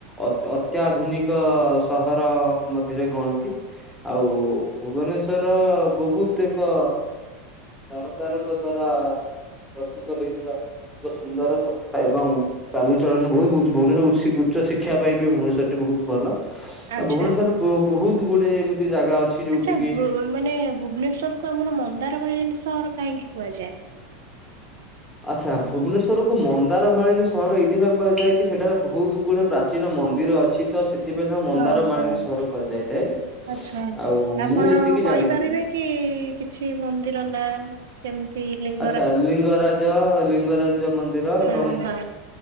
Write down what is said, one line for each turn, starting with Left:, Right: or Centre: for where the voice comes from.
Centre: ଅତ ଅତ୍ୟାଧୁନିକ ସହର ମଧ୍ୟରେ ଗଣତି। ଆଉ ଭୁବନେଶ୍ଵର ବହୁତ ଏକ ସରକାରଙ୍କ ଦ୍ଵାରା ପ୍ରସ୍ତୁତ ହେଇଥିବା ଏକ ସୁନ୍ଦର ସହର। ଏବଂ ଚାଲିଚଳନ <unintelligible> ଭୁବନେଶ୍ୱର ଉସି ଉଚ୍ଚଶିକ୍ଷା ପାଇଁ ବି ଭୁବନେଶ୍ୱର ଟି ବହୁତ ଭଲ।
Right: ଆଚ୍ଛା
Centre: ଆଉ ଭୁବନେଶ୍ଵରରେ ବ- ବହୁତ ଗୁଡେ ଏମିତି ଜାଗା ଅଛି ଯୋଉଠି
Right: ଆଚ୍ଛା
Centre: କିି
Right: ବୃ ମାନେ ଭୁବନେଶ୍ଵର କୁ ଆମର ମନ୍ଦାରମାଳିନୀ ସହର କାହିଁକି କୁହାଯାଏ?
Centre: ଆଚ୍ଛା, ଭୁବନେଶ୍ୱରକୁୁ ମନ୍ଦାରମାଳିନୀ ସହର ଏଇଥିପାଇଁ କୁହାଯାଏ କି, ସେଟାରେ ବହୁତୁ ଗୁଡେ ପ୍ରା ଚୀନ ମନ୍ଦିର ଅଛି ତ ସେ ଥିପାଇଁ ତାକୁ ମନ୍ଦାର
Right: ହଁ
Centre: ମାଳିନୀ
Right: ହଁ
Centre: ସହର କୁହାଯାଇଥାଏ।
Right: ଆଚ୍ଛା।
Centre: ଆଉ
Right: ଆପଣ
Centre: ମୁଁ ଯେତିକି
Right: କହିପାରିବେ
Centre: ଜାଣିଚି
Right: କି କିଛି ମନ୍ଦିର ନାଁ? ଯେମିତି ଲିଙ୍ଗ
Centre: ଆଚ୍ଛା, ଲିଙ୍ଗରାଜ ଲିଙ୍ଗରାଜ ମନ୍ଦିର ଏବଂ
Right: ହଁ ହଁ